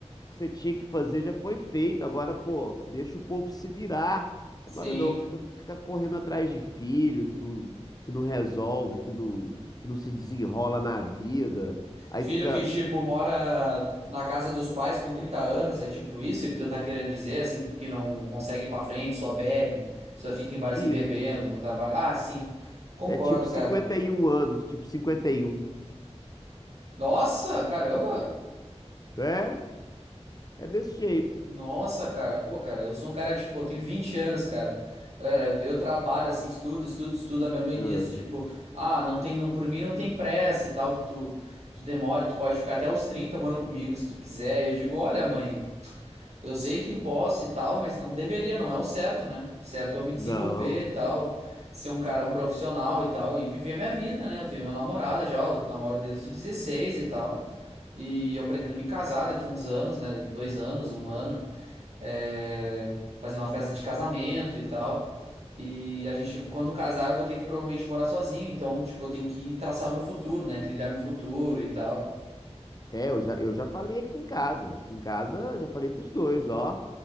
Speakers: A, on the left (about 35°); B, on the right (about 70°).
A: que você tinha que fazer já foi feito. Agora, pô, deixa o povo se virar. Agora
B: Sim.
A: não, fica, fica correndo atrás de filho que não, que não resolve, que não, que não se desenrola na vida. Aí
B: Filho
A: fica
B: que, tipo, mora na casa dos pais com 30 anos, é tipo isso que tu tá querendo dizer, assim, porque não consegue ir pra frente, só bebe, só fica em barzinho
A: isso.
B: bebendo, no trabalho. Ah, sim. Concordo,
A: É tipo 51
B: cara.
A: anos, tipo 51.
B: Nossa, caramba!
A: É, é, é desse jeito.
B: Nossa, cara, pô, cara, eu sou um cara, tipo, eu tenho 20 anos, cara. Galera, eu, eu trabalho assim, estudo, estudo, estudo. A minha mãe
A: É.
B: diz, tipo, ah, não tem, não, por mim não tem pressa e tal, que tu, tu demora, tu pode ficar até os 30 morando comigo se tu quiser. E eu digo, olha, mãe, eu sei que posso e tal, mas não deveria, não é o certo, né? O certo é eu me desenvolver
A: Não.
B: e tal, ser um cara, um profissional e tal, e viver a minha vida, né? Eu tenho minha namorada já, eu namoro desde os 16 e tal. E eu pretendo me casar daqui uns anos, né? Daqui dois anos, um ano é, fazer uma festa de casamento e tal. E a gente, quando casar, eu vou ter que provavelmente morar sozinho. Então, tipo, eu tenho que traçar o meu futuro, né? Trilhar meu futuro e tal.
A: É, eu já, eu já falei aqui em casa. Aqui em casa eu já falei pros dois, ó.